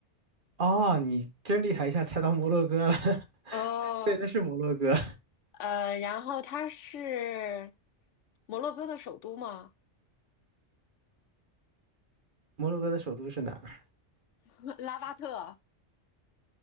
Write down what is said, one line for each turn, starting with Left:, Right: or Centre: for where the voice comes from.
Right: 哦，你真厉害，一下猜到摩洛哥了。<laughs>
Left: 哦，
Right: 对，那是摩洛哥。
Left: 呃，然后它是摩洛哥的首都吗？
Right: 摩洛哥的首都是哪儿？
Left: <laughs> 拉巴特，